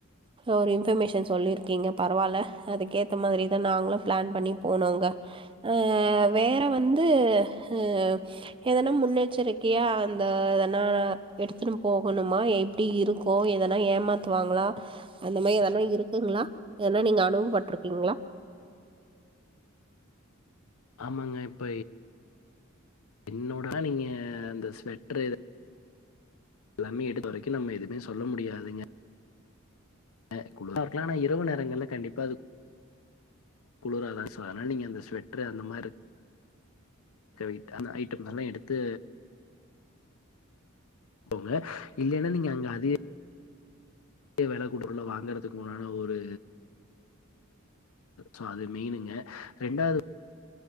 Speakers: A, on the right; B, on the left.
A: ஒரு இன்ஃபர்மேஷன் சொல்லிருக்கீங்க பரவாயில்ல அதுக்கேத்த மாதிரிதான் நாங்களும் பிளான் பண்ணி போனோங்க அஹ் வேற வந்து அஹ எதனா முன்னெச்சரிக்கையா அந்த இதனா எடுத்துன்னு போகணுமா எப்படி இருக்கோ எதனா ஏமாத்துவாங்களா அந்த மாதிரி எதனா இருக்குங்களா இதன்னா நீங்க அனுபவப்பட்டிருக்கீங்களா
B: ஆமாங்க இப்ப என்னோடா நீங்க அந்த ஸ்வெட்டரு எல்லாமே எடுத்து வரைக்கும் நம்ம எதுவுமே சொல்ல முடியாதுங்க ஹ் குளக்கலாம் ஆனா இரவு நேரங்கள்ல கண்டிப்பா அது குளிராதான் ச ஆனா நீங்க அந்த ஸ்வெட்டரு அந்த மாதிரிந்த ஐட்டம் எல்லாம் எடுத்து போங்க இல்லலைன்னா நீங்க அங்க அத விலைகுடரல வாங்கறதுக்கு முன்னான ஒரு சோ அது மெயினுங்க ரெண்டாவது